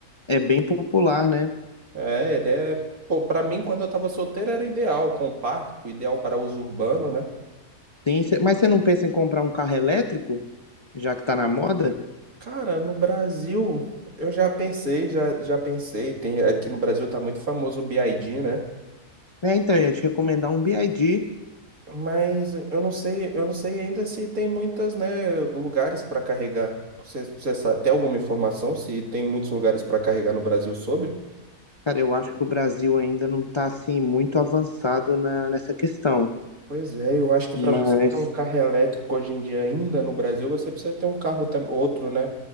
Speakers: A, on the left; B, on the right.
A: É bem popular, né?
B: É, ele é, pô, pra mim quando eu tava solteiro era ideal, compacto, ideal para uso urbano, né?
A: Sim, cê- mas você não pensa em comprar um carro elétrico, já que tá na moda?
B: Cara, no Brasil, eu já pensei, já, já pensei, tem, aqui no Brasil tá muito famoso o BYD, né?
A: É, então, eu ia te recomendar um BYD.
B: Mas eu não sei, eu não sei ainda se tem muitas, né, lugares para carregar. Você, você sabe, tem alguma informação se tem muitos lugares para carregar no Brasil sobre?
A: Cara, eu acho que o Brasil ainda não está assim muito avançado na, nessa questão,
B: Pois é, eu acho que
A: mas
B: para você ter um carro elétrico hoje em dia ainda no Brasil, você precisa ter um carro tam- outro, né?